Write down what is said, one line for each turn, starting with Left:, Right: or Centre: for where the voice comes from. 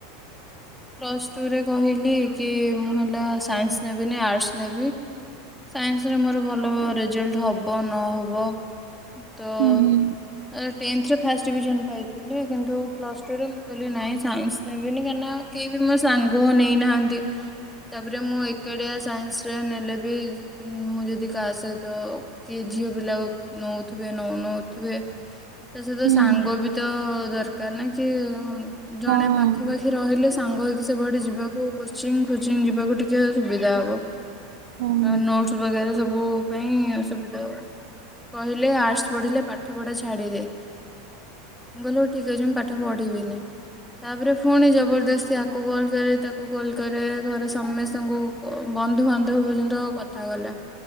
Centre: ପ୍ଲସ୍ ଟୁରେ କହିଲି କି ମୁଁ ହେଲା ସାଇନ୍ସ ନେବିନି ଆର୍ଟସ୍ ନେବି। ସାଇନ୍ସରେ ମୋର ଭଲ ରେଜଲ୍ଟ ହେବ ନହବ ତ ଅ
Right: ହୁଁ ହୁଁ
Centre: ଟେନ୍ଥରେ ଫାଷ୍ଟ ଡିଭିଜନ ପାଇଥିଲି କିନ୍ତୁ ପ୍ଲସ୍ ଟୁରେ ମୁଁ କହିଲି ନାହିଁ ସାଇନ୍ସ ନେବିନି କାହିଁକିନା କେହି ବି ମୋ ସାଙ୍ଗ ନେଇନାହାନ୍ତି। ତାପରେ ମୁଁ ଏକାଡିଆ ସାଇନ୍ସରେ ନେଲେ ବି ମୁଁ ଯଦି କାସେ ତ କିଏ ଝିଅ ପିଲା ନଉଥିବେ ନ ନଉଥିବେ। ତା ସହିତ
Right: ହୁଁ
Centre: ସାଙ୍ଗ ବି ତ ଦରକାର ନା କି ଜଣେ
Right: ହଁ
Centre: ପାଖାପାଖି ରହିଲେ ସାଙ୍ଗ ହେଇକି ସବୁଆଡେ ଯିବାକୁ କୋଚିଫୋଚିଂ ଯିବାକୁ ଟିକେ ସୁବିଧା ହବ।
Right: ହଁ
Centre: ନୋଟ ବଗେରା ସବୁ ପାଇଁ ସୁବିଧା ହ କହିଲେ ଆର୍ଟସ ପଢିଲେ ପାଠ ପଢା ଛାଡିଦେ। ମୁଁ କହିଲ ହଉ ଠିକ ଅଛି ମୁଁ ପାଠ ପଢିବିନି। ତାପରେ ପୁଣି ଜବରଦ ସ୍ତୀ ୟକୁ କଲ୍ କରେ ତାକୁ କଲ୍ କରେ, ଘରେ ସମସ୍ତଙ୍କୁ ବନ୍ଧୁବାନ୍ଧବ ପର୍ଯ୍ୟନ୍ତ କ ଥା ଗଲା